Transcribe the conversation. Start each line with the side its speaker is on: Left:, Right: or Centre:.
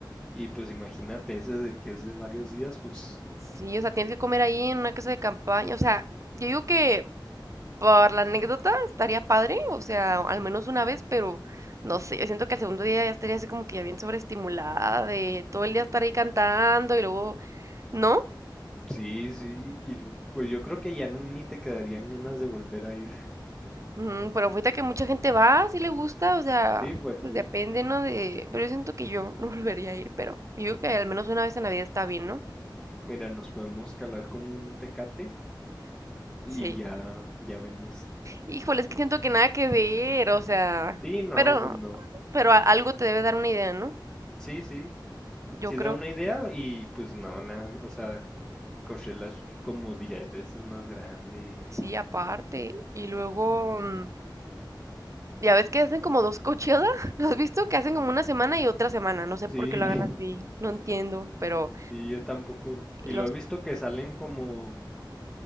Centre: Y pues imagínate, ese de que es de varios días, pues
Right: Sí, o sea, tienes que comer ahí en una casa de campaña, o sea, yo digo que por la anécdota estaría padre, o sea, al menos una vez, pero no sé, yo siento que el segundo día ya estaría así como que ya bien sobreestimulada de todo el día estar ahí cantando y luego, ¿no?
Centre: sí, sí, y lo, pues yo creo que ya ni te quedarían ganas de volver a ir. <laughs>
Right: Mm, pero ahorita que mucha gente va, si le gusta, o sea,
Centre: Sí, pues
Right: pues
Centre: sí.
Right: depende, ¿no? De, pero yo siento que yo no <laughs> volvería a ir, pero yo digo que al menos una vez en la vida está bien, ¿no?
Centre: Mira, nos podemos calar con un tecate y
Right: Sí.
Centre: ya, ya vemos.
Right: Híjole, es que siento que nada que ver, o sea,
Centre: Sí, no,
Right: pero,
Centre: pues no.
Right: pero a- algo te debe dar una idea, ¿no?
Centre: Sí, sí,
Right: Yo
Centre: sí
Right: creo,
Centre: da una idea y pues no, nada, o sea, Coachella es como 10 veces más grande. y-
Right: sí, aparte. Y luego, mm, ya ves que hacen como dos Coachella, <laughs> ¿lo has visto? Que hacen como una semana y otra semana, no sé por
Centre: Sí,
Right: qué lo
Centre: <laughs>
Right: hagan así, no entiendo, pero
Centre: sí, yo tampoco.
Right: eh,
Centre: Y lo
Right: los,
Centre: he visto que salen como